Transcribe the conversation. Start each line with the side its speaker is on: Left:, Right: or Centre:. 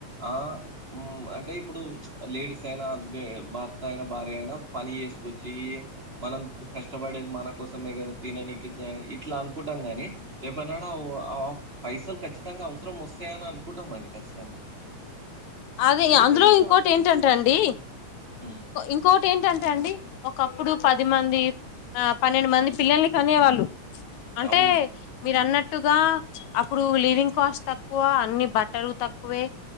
Right: ఆ ఉమ్ అంటే ఇప్పుడు లేడిస్ైనా హస్బ <unintelligible> భర్త అయిన భార్య అయినా పని చేసుకోచ్చి మనం కష్టపడేది మన కోసమే గదా తిననికి ఇట్లా అనుకుంటాం గాని రేపుడున్నాడ <unintelligible> పైసలు కచ్చితంగా అవసరం వొస్త ేనా అను కుంటం అండి ఖచ్చితంగా
Left: అదే ఇగ
Right: పెద్ద
Left: అందులో
Right: పెద్ద
Left: ఇంకోటి
Right: షాపింగ్‌లు
Left: ఏంటంట అండి
Right: హ్మ్.
Left: ఇంకోటి ఏంటంటే అండి ఒకప్పుడు పది మంది ఆ పన్నెండు మంది పిల్లలు కనేవాళ్ళు అంటే
Right: అవును.
Left: మీరు అన్నట్టు టుగా అప్పుడు లివింగ్ కాస్ట్ తక్కువ అన్ని బట్టలు తక్కువే